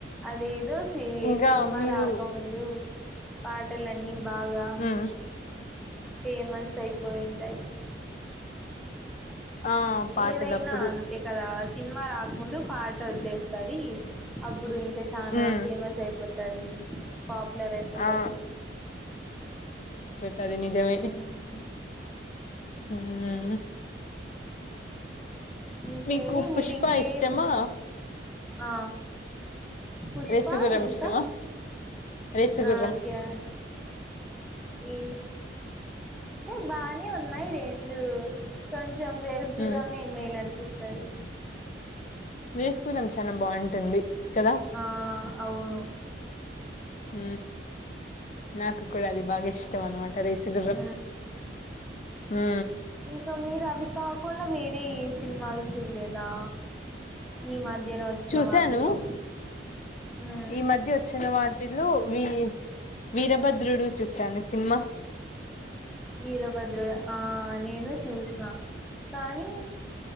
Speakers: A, in the centre; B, on the left.
A: అదేదో సి
B: ఇంకా
A: సినిమా
B: మీరు
A: రాకముందు పాటలన్నీ బాగా
B: ఉమ్
A: ఫేమస్ అయిపోయి ఉంటాయి
B: ఆ పాటలప్పుడు
A: ఏదైనా అంతే కదా సినిమా రాకముందు పాట వచ్చేస్తుంది అప్పుడు ఇంకా చానా
B: ఉమ్
A: ఫేమస్ అయిపోతుంది అయిపోతది పాపులర్ అయిపోతది
B: ఆ తది నిజమే
A: హ్మ్.
B: ఉమ్
A: ఇంకేమీ
B: మీకు
A: మీరి
B: పుష్ప
A: ఇంకేం
B: ఇష్టమా
A: ఆ పుష్పా
B: రేసుగుర్రం
A: ఇంకా
B: ఇష్టమా రేసుగుర్రం
A: ఆ ఓకే ఈ అంటే బానే ఉన్నాయి రెండు కొ కొంచం రేసుగుర్రం
B: ఉమ్
A: ఏ మేల అనిపిస్తది
B: వేసుకున్నాం చాల బాగుంటుంది కదా
A: ఆ అవును
B: హ నాకు కూడా అది బాగా ఇష్టం అన్నమాట రేసుగుర్రం
A: ఉమ్.
B: ఉ
A: ఇంకా మీరు అవి కాకుండా వేరే ఏ సినిమాలు చూడలేదా ఈ మధ్యన వచ్చిన
B: చూసాను
A: వాటిలో ఉమ్.
B: ఈ మధ్య వచ్చిన వాటిలో వి వీరభద్రుడు చూశాను సినిమా
A: వీరభద్రుడు ఆ నేను చూసిన కానీ